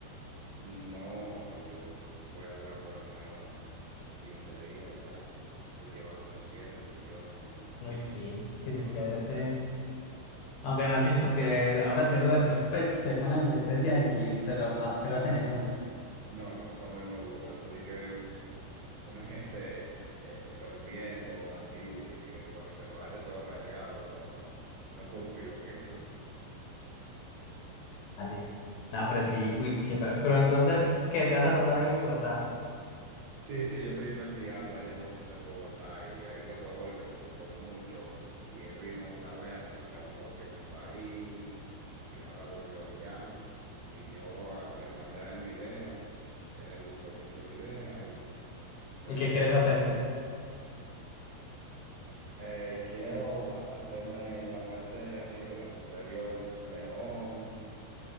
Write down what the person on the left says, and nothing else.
Uy,
sí, sí,
sí,
sí, hacerse.
Aunque no has visto que ahora se duermen, pues se ponen anestesia y se lo, ma- se lo hacen en una.
dale, No, pero sí, uy, chimba. Pero entonces, ¿qué te vas a tratar ahí en Bogotá?
¿Y
qué quieres hacerte?